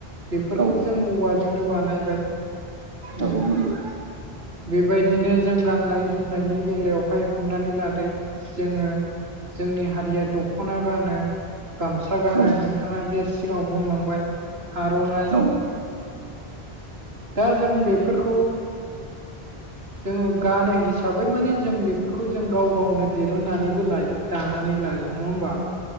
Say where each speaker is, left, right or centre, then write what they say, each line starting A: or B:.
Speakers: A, on the right; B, on the right.
A: बेफोरखौ
B: औ
A: जों औवाजोंनो बानायबाय
B: औ
A: उम
B: औ नंगौ
A: बेबायदिनो जों गाननाय जोमनायनि बेलायावहाय हमनानै लादो जोङो जोंनि हारिया दख'ना गानो गामसा गानो
B: औ
A: नोंथाङा जे सिगाङाव बुंलांबाय आर'नाइ
B: औ
A: दा जों बेफोरखौ जोङो गानो हिसाबै माने जों बेफोरखौ जों गाव गावनो दिरुननानैबो लायो। दानानै लायो नङा होमबा